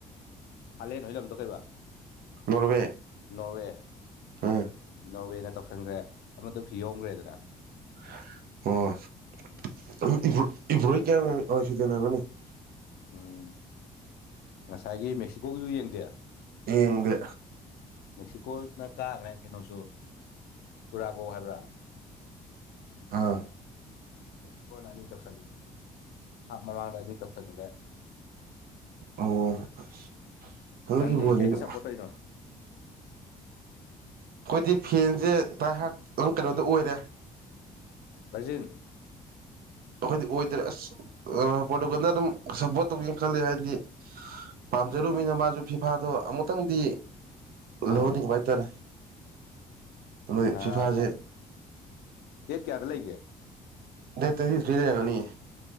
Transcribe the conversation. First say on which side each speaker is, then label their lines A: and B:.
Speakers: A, on the left; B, on the right.
A: ꯍꯂꯦꯟ ꯍꯣꯏ ꯂꯝꯗꯣ ꯀꯩꯕ
B: ꯅꯣꯔꯋꯦ
A: ꯅꯣꯔꯋꯦ
B: ꯑꯥ
A: ꯅꯣꯔꯋꯦꯅ ꯇꯧꯁꯤꯟꯈ꯭ꯔꯦ ꯑꯃꯁꯦ ꯐꯤ ꯌꯣꯈ꯭ꯔꯦꯗ
B: ꯑꯣ <unintelligible>
A: ꯎꯝ ꯉꯁꯥꯏꯒꯤ ꯃꯦꯛꯁꯤꯀꯣꯒꯤꯗꯨ ꯌꯦꯡꯗꯦ
B: ꯌꯦꯡꯗꯦ
A: ꯃꯦꯛꯁꯤꯀꯣꯅ ꯀꯥꯈ꯭ꯔꯦ ꯀꯩꯅꯣꯁꯨ ꯀꯨꯔꯥꯒꯣ ꯍꯥꯏꯕ꯭ꯔꯥ
B: ꯑ
A: ꯃꯦꯛꯁꯤꯀꯣꯅ ꯑꯅꯤ ꯇꯧꯁꯟꯒꯔꯦ ꯍꯥꯞ ꯃꯃꯥꯡꯗ ꯑꯅꯤ ꯇꯧꯁꯟꯒꯔꯦ
B: ꯑꯣ <unintelligible>
A: ꯅꯪꯗꯤ ꯀꯩꯗ ꯁꯞꯄꯣꯔꯠ ꯇꯧꯔꯤꯅꯣ
B: ꯑꯩꯈꯣꯏꯗꯤ ꯐꯦꯟꯁꯦ <unintelligible> ꯑꯗꯨ ꯀꯩꯅꯣꯗ ꯑꯣꯏꯔꯦ
A: ꯕꯔꯖꯤꯟ
B: ꯑꯩꯈꯣꯏꯗꯤ ꯑꯣꯏꯗ꯭ꯔꯦ ꯑꯁ ꯄꯣꯇꯨꯒꯜꯗ ꯑꯗꯨꯝ ꯁꯞꯄꯣꯔꯠ ꯇꯧꯒꯦꯅ ꯈꯜꯂꯤ ꯍꯥꯏꯗꯤ ꯄꯥꯝꯖꯔꯨꯅꯤꯅ
A: ꯎꯝ
B: ꯃꯥꯁꯨ ꯐꯤꯐꯥꯗꯣ ꯑꯃꯨꯛꯇꯪꯗꯤ
A: ꯃꯥꯅꯦ
B: ꯂꯧꯍꯟꯅꯤꯡꯕ ꯍꯥꯏꯇꯥꯔꯦ <unintelligible>
A: ꯑꯥ
B: ꯐꯤꯐꯥꯁꯦ
A: ꯗꯦꯠ ꯀꯌꯥꯗ ꯂꯩꯒꯦ
B: ꯗꯦꯠ ꯇꯨꯏꯟꯇꯤ ꯊꯔ꯭ꯤ ꯂꯩꯔꯒꯅꯤꯌꯦ